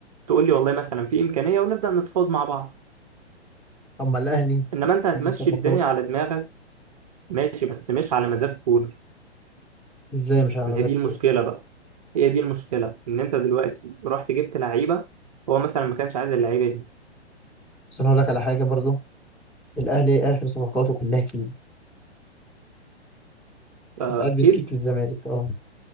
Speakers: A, on the right; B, in the centre.
A: تقول لي والله مثلا في امكانيه ونبدا نتفاوض مع بعض
B: طب ما الاهلي
A: انما انت هتمشي
B: بيجيب صفقات
A: الدنيا على دماغك ماشي بس مش على مزاج كولر
B: ازاي مش على
A: ما
B: مزاجكم
A: هي دي المشكله بقى هي دي المشكله ان انت دلوقتي رحت جبت لعيبه هو مثلا ما كانش عايز اللعيبه دي
B: بس انا هقول لك على حاجه برضو الاهلي اخر صفقاته كلها كيد
A: اكيد
B: اتقدت كيد في الزمالك اه